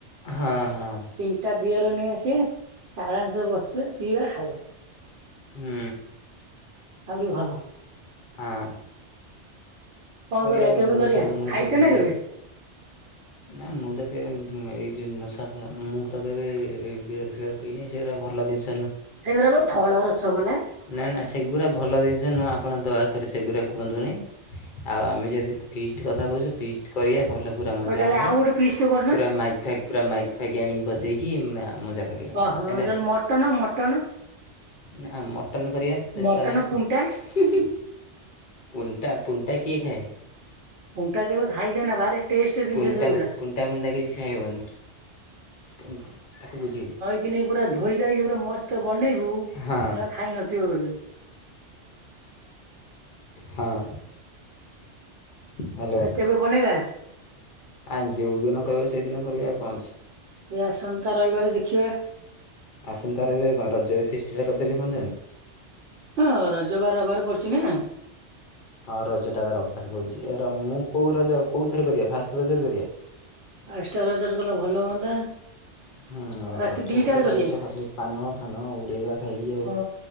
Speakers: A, on the left (about 55°); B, on the right (about 65°).
A: ହଁ ହଁ।
B: ତିନିଟା ବିୟର ନେଇ ଆସିଆ ଆରାମସେ ବସିବା ପିଇବା ଖାଇବା।
A: ହୁଁ।
B: ଆଉରି ଭଲ।
A: ହଁ।
B: କଣ
A: କରିବା
B: କରିଆ କେବେ
A: ମୁଁ
B: କରିଆ
A: ତ ମୁଁ
B: ଖାଇଚ
A: ତ ସେ
B: ନା କେବେ?
A: ନା ମୁଁ ତ କେବେ ଏଇ ଯୋଉ ନଶା ଫଶା ମୁଁ ତ କେବେ ଏ ବିଅର ଫିଅର ପିଇନି ସେଗୁରା ଭଲ ଜିନଷ
B: ସେଗୁରା ବା ଫଳ ରସ ବାଲା।
A: ନା ନା ସେଗୁରା ଭଲ ଜିନଷ ନୁହଁ। ଆପଣ ଦୟାକରି ସେଗୁରା କୁହନ୍ତୁନି। ଆଉ ଆମେ ଯଦି ଫିଷ୍ଟ କଥା କହୁଛ ଫିଷ୍ଟ କରିଆ ଭଲ ପୁରା ମଜା
B: ହଉ ତାହେଲେ
A: ହବ
B: ଆଉ ଗୋଟେ ପିସ୍ ଟେ କରୁନା
A: ପୁରା ମାଇକ୍ ଫାଇକ୍ ପୁରା ମାଇକ୍ ଫାଇକ୍ ଆଣିକି ବଜେଇକି ମଜା କରିଆ
B: ଓହୋ ହଉ
A: ହେଲା।
B: ତାହେଲେ ମଟନ ମଟନ।
A: ନା ମଟନ୍ କରିଆ ବ୍ୟସ୍ତ
B: ମଟନ
A: ନାହିଁ।
B: ପୁଣ୍ଟା
A: ପୁଣ୍ଟା ପୁଣ୍ଟା କିଏ ଖାଏ?
B: ପୁଣ୍ଟା କେବେ ଖାଇଛ ନା ଭାରି ଟେଷ୍ଟ ଜିନିଷ
A: ପୁଣ୍ଟା
B: ସେଗୁରା
A: ପୁଣ୍ଟା ମୁଣ୍ଟା କିଛି ଖାଇହବନି। ପୁ ତାକୁ ବୁଝେଇଦେ।
B: କି ନେଇ ପୁରା ଧୋଇ ଧାଇକି ପୁରା ମସ୍ତ ବନେଇବୁ
A: ହଁ
B: ଜମା ଖାଇ ନଥିବ କେବେ।
A: ହଁ। ହ୍ୟାଲୋ
B: ଆ କେବେ ବନେଇବା?
A: ଆ ଯୋଉଦିନ କଇବ ସେଇଦିନ କରିଆ ଆଉ କଣ ଅଛି।
B: ଏ ଆସନ୍ତା ରଇବାରେ ଦେଖିବା।
A: ଆସନ୍ତା ରଇବାରେ କଣ ରଜରେ ଫିଷ୍ଟଟା କରିଦେଲେ ହୁଅନ୍ତାନି।
B: ହଁ ରଜବା ରବାରେ ପଡିଚି ନା?
A: ହଁ ରଜଟା ବା ରବାରେ ପଡ଼ୁଛି ଏ ର ମୁଁ କୋଉ ରଜ କୋଉଥିରେ କରିଆ ଫାଷ୍ଟ ରଜରେ କରିଆ?
B: ଫାଷ୍ଟ ରଜରେ କଲେ ଭଲ ହୁଅନ୍ତା।
A: ହୁଁ
B: ରାତି
A: ରଜରେ
B: ଦିଟାରେ
A: ତ
B: କରିଆ
A: ଜାଣିଛ ଖାଲି ପାନ ଫାନ ଉଡ଼େଇବା ଖାଇକି ଆଉ।
B: ହଁ